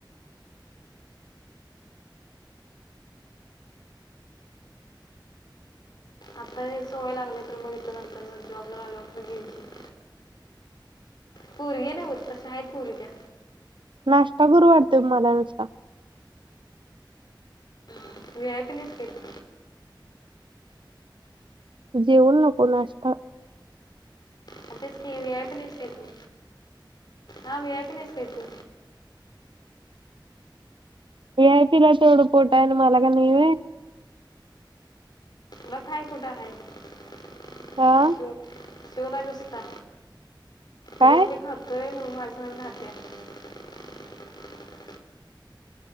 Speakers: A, on the left (about 60°); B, on the right (about 80°).
A: आता यहे सवय लागली तर मग इथ नंतर जॉबला लागल्यावर पण <inaudible> घेशील. पोरगी नव्ह तस आहेत पोरी त्या
B: नाश्ता करू वाटतंय मला नुसता.
A: व्ही आय पी नाहीस काय तू.
B: जेवण नको नास्ता.
A: हा तेच की व्ही आय पी नाहीस का तू हा व्ही आय पी नाहीस काय तू.
B: व्ही आय पी ला तेवढं पोट आहे न मला का नाही व्हय.
A: ब काय कुठं हाय. <unintelligible>
B: हा
A: शोला नुस्ता-
B: काय
A: उगाच मी खातोय म्हणून <unintelligible> <inaudible>